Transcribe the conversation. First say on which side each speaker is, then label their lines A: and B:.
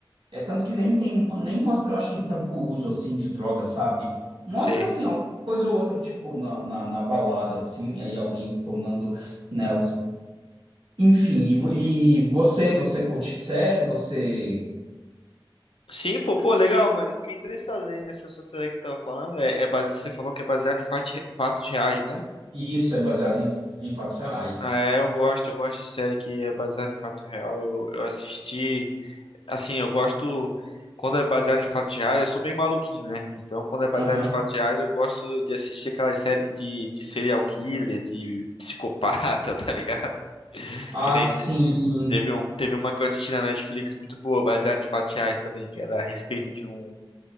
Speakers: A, on the right (about 80°); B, on the left (about 85°).
A: É tanto que nem tem, nem mostra, eu acho que tanto uso assim de droga, sabe? Mostra
B: sei.
A: assim, ó, coisa ou outra, tipo, na, na, na balada, assim, aí alguém tomando, né, enfim, e, e você, você curte série, você,
B: Sim, pô, pô, legal, mas eu fiquei interessado aí nessa sua série que você tava falando. É, é base... Você falou que é baseado em fati- fatos reais, né?
A: e isso é baseado em, em fatos reais.
B: Ah, é, eu gosto, eu gosto de série que é baseada em fato real. Eu, eu assisti, assim, eu gosto quando é baseado em fatos reais, eu sou meio maluquinho, né? Então, quando é baseado
A: Aham.
B: em fatos reais, eu gosto de assistir aquelas séries de, de serial killer, de psicopata, <laughs> tá ligado?
A: Ah,
B: Que nem
A: sim.
B: te- teve um, teve uma que eu assisti na Netflix muito boa, baseada em fatos reais também, que era a respeito de um